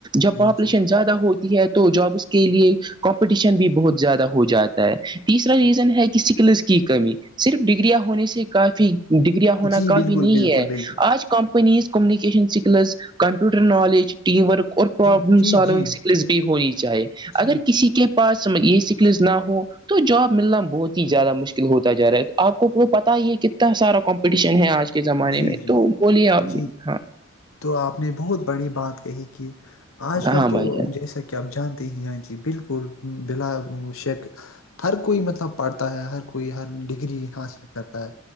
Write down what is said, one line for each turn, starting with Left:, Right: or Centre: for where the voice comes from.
Right: جب
Left: جی
Right: پاپولیشن
Left: جی
Right: زیادہ ہوتی ہے تو جابس کے لیے کمپٹیشن بھی بہت زیادہ ہو جاتا ہے تیسرا ریزن ہے کہ سکلس کی کمی صرف ڈگریاں ہونے سے کافی ڈگریاں ہونا
Left: جی
Right: کافی
Left: بالکل
Right: نہیں
Left: بالکل
Right: ہے
Left: بالکل
Right: آج companies communication skills computer knowledge team work اور پرابلم
Left: جی جی
Right: سالونگ
Left: جی
Right: سکلس بھی ہونی چاہیے
Left: جی
Right: اگر کسی کے پاس یہ سکلز نہ ہو تو جاب ملنا بہت ہی زیادہ مشکل ہوتا جا رہا ہے تو آپ کو پتا ہی ہے کتنا سارا کمپٹیشن ہے آج کے
Left: جی
Right: زمانے میں
Left: جی
Right: تو بولیے آپ بھی
Left: جی
Right: ہاں
Left: تو آپ نے بہت بڑی بات کہی کہ آج کل
Right: ہاں بھائی
Left: تو
Right: جان
Left: جیسا کہ آپ جانتے ہی ج جی بالکل بلاا شک ہر کوئی مطلب پڑھتا ہے ہر کوئی ہر ڈگری حاصل کرتا ہے